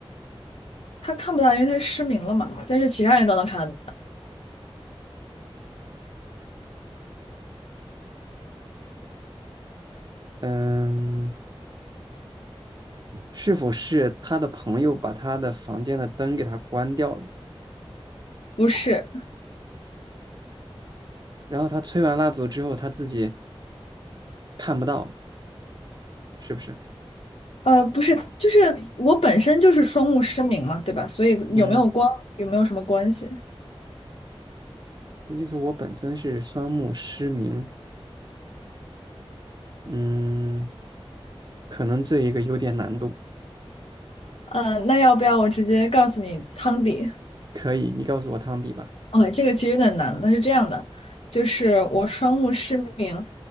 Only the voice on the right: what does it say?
嗯。是否是他的朋友把他的房间的灯给他关掉了，
然后他吹完蜡烛之后他自己看不到，是不是？
嗯，
也就是我本身是双目失明，嗯，可能这一个有点难度。
可以，你告诉我汤底吧。